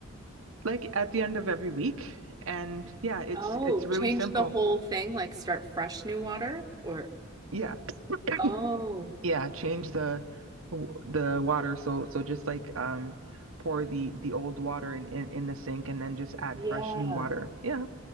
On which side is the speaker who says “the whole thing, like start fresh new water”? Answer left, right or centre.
Right